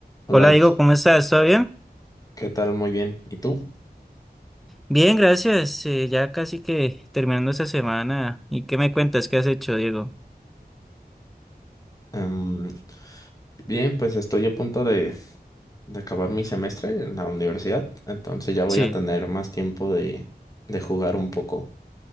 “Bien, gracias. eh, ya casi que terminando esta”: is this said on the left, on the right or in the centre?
Centre